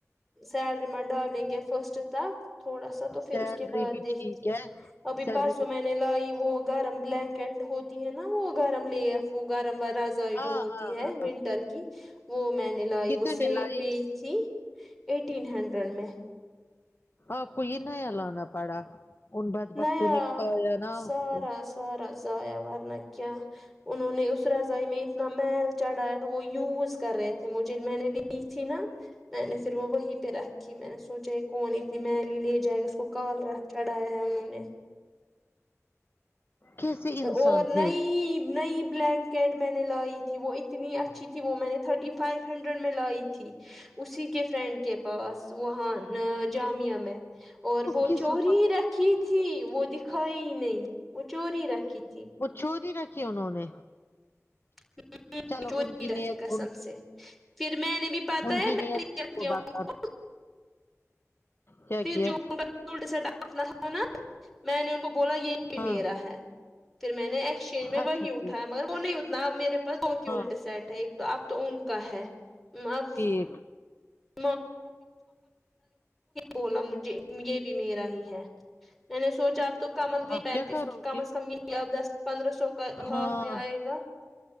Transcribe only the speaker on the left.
سیلری
بھی
ٹھیک
ہے
سیلری
بھی
ہاں
ہاں
ہاں
کتنے
میں لائی
آپ کو یہ نیا لانا پڑا ان بد بختوں
نے کھایا نہ
آپ کو
کیسے انسان
تھے وہ
کس
ماں
وہ چوری رکھی انہوں نے
چلو
ان نیت
ان
ان
کی
نیت
بتا
کیا
کیا
ہاں
اچھا
کیا
ہاں
ایک
آپ
کیا کرو گے
ہاں